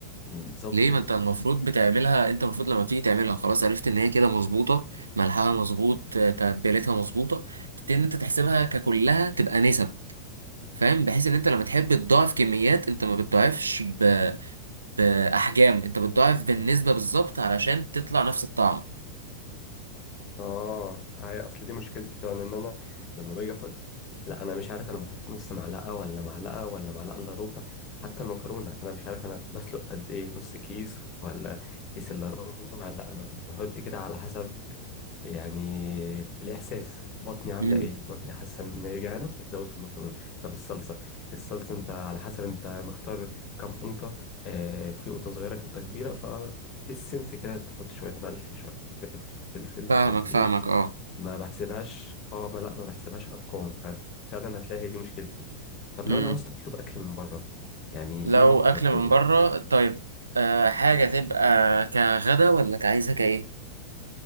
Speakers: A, on the left; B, on the right.
A: م- ظبطت
B: ليه ما انت المفروض بتعملها انت المفروض لما تيجي تعملها خلاص عرفت ان هي كده مظبوطة ملحها مظبوط تتبيلتها مظبوطة تبتدي ان انت تحسبها ككلها تبقى نسب فاهم بحيث ان انت لما تحب تضاعف كميات انت ما بتضاعفش ب... باحجام انت بتضاعف بالنسبة بالظبط علشان تطلع نفس الطعم
A: اه هي اصل دي مشكلتي فعلا ان انا لما باجي احط لا انا مش عارف انا بحط نص معلقه ولا معلقه ولا معلقه الا ربع حتى المكرونه انا مش عارف انا بسلق قد ايه نص كيس ولا كيس الا ربع لا انا بحط كده على حسب يعني الاحساس بطني عامله
B: مم.
A: ايه بطني حاسه ان هي جعانه فتزود في المكرونه طب الصلصه الصلصه انت على حسب انت مختار كم قوطه آه في قوطه صغيره في قوطه كبيره فبالسنس كده تحط شويه ملح شويه فلفل
B: فاهمك
A: مش عارف ايه
B: فاهمك
A: ما بحسبهاش اه ما لا ما بحسبهاش ارقام ففعلا هتلاقي هي دي مشكلتي طب
B: اه
A: لو انا عاوز اطلب اكل من بره يعني
B: لو
A: ايه ممكن
B: اكل
A: اطلبه
B: من بره طيب أه حاجه تبقى كغدا ولا كعايزها كايه